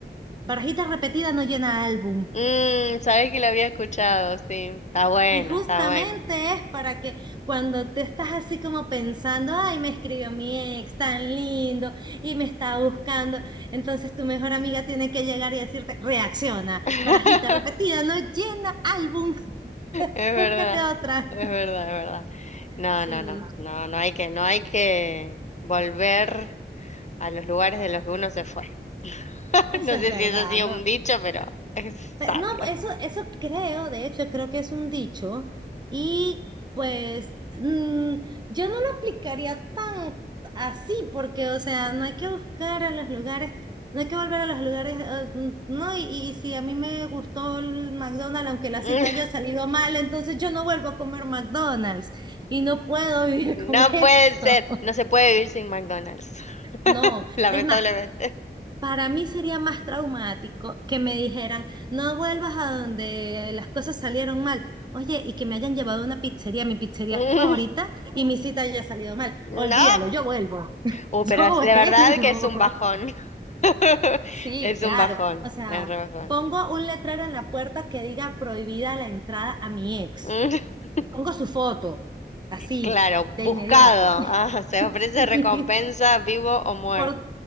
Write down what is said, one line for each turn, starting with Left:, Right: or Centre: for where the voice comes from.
Right: Barajita repetida no llena álbum.
Left: Mm, sabes que lo había escuchado, sí. Está bueno,
Right: Y justamente
Left: está bueno.
Right: es para que cuando te estás así como pensando, ay, me escribió mi ex tan lindo y me está buscando, entonces tu mejor amiga tiene que llegar y decirte, reacciona,
Left: <laughs>
Right: barajita repetida no llena álbum, <laughs>
Left: Es verdad,
Right: búscate otra.
Left: es verdad, es verdad. No,
Right: Sí,
Left: no, no, no, no hay que, no hay que volver a los lugares de los que uno se fue. <laughs>
Right: eso
Left: No
Right: es
Left: sé
Right: verdad,
Left: si eso ha sido
Right: ¿no?
Left: un dicho, pero es
Right: Pe-
Left: sabio.
Right: No, eso, eso creo, de hecho, creo que es un dicho. Y pues mm, yo no lo aplicaría tan así, porque, o sea, no hay que buscar a los lugares, no hay que volver a los lugares, eh, mm, no, y, y si a mí me gustó el McDonald's, aunque la
Left: <laughs>
Right: cita haya salido mal, entonces yo no vuelvo a comer McDonald's y no puedo <laughs> vivir
Left: No
Right: con eso.
Left: puede ser, no se puede vivir sin McDonald's, <laughs>
Right: No,
Left: lamentablemente.
Right: es más, para mí sería más traumático que me dijeran, no vuelvas a donde las cosas salieron mal. Oye, y que me hayan llevado a una pizzería, mi pizzería
Left: <laughs>
Right: favorita, y mi cita haya salido mal.
Left: No.
Right: Olvídalo, yo vuelvo. <laughs>
Left: Uh,
Right: Yo
Left: pero es
Right: vuelvo.
Left: de verdad que es un bajón. <laughs>
Right: Sí,
Left: Es
Right: claro.
Left: un bajón,
Right: O sea,
Left: es re bajón.
Right: pongo un letrero en la puerta que diga prohibida la entrada a mi ex.
Left: Mm, <laughs>
Right: Y pongo su foto, así,
Left: Claro,
Right: de
Left: buscado.
Right: inmediato. <laughs>
Left: Ah, se ofrece
Right: Sí.
Left: recompensa vivo o muerto.
Right: Por,